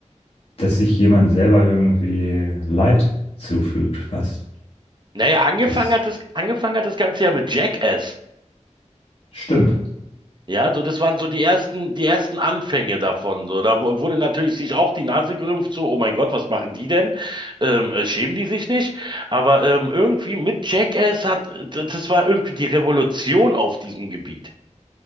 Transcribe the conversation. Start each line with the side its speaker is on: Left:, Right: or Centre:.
Left: dass sich jemand selber irgendwie Leid zufügt, fast.
Right: Naja, angefangen
Left: Das
Right: hat das, angefangen hat das Ganze ja mit Jackass.
Left: stimmt.
Right: Ja, so das waren so die ersten, die ersten Anfänge davon. So, da wu- wurde natürlich sich auch die Nase gerümpft, so, oh mein Gott, was machen die denn? Ähm, äh, schämen die sich nicht? Aber ähm, irgendwie mit Jackass hat, d- das war irgendwie die Revolution auf diesem Gebiet.